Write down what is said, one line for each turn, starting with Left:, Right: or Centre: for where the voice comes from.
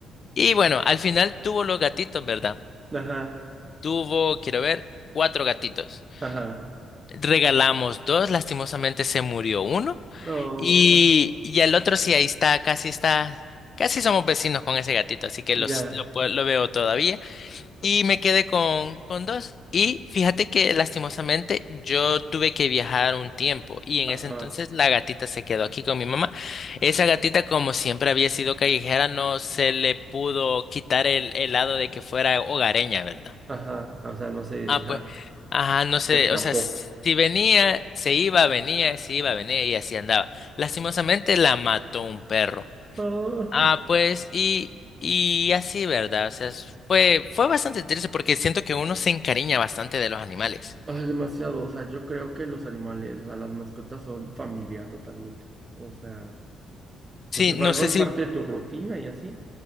Left: Y bueno, al final tuvo los gatitos, ¿verdad?
Right: Ajá,
Left: Tuvo, quiero ver, cuatro gatitos.
Right: ajá.
Left: Regalamos dos, lastimosamente se murió uno.
Right: No,
Left: Y, y el otro sí, ahí está, casi está, casi somos vecinos con ese gatito, así que los-
Right: ya.
Left: lo, pue- lo veo todavía. Y me quedé con, con dos. Y fíjate que lastimosamente yo tuve que viajar un tiempo y en
Right: Ajá.
Left: ese entonces la gatita se quedó aquí con mi mamá. Esa gatita, como siempre había sido callejera, no se le pudo quitar el, el lado de que fuera hogareña, ¿verdad?
Right: Ajá, o sea, no sé,
Left: Ah,
Right: ajá,
Left: pues, ajá, no sé,
Right: se escapó.
Left: o sea, si venía, se iba, venía, se iba, venía y así andaba. Lastimosamente la mató un perro.
Right: Ah,
Left: Ah, pues, y, y así, ¿verdad? O sea, es- fue, fue bastante triste porque siento que uno se encariña bastante de los animales.
Right: <laughs> ay, demasiado, o sea, yo creo que los animales, o sea, las mascotas son familia totalmente. O sea,
Left: Sí,
Right: pues se
Left: no
Right: vuelven
Left: sé si,
Right: parte de tu rutina y así.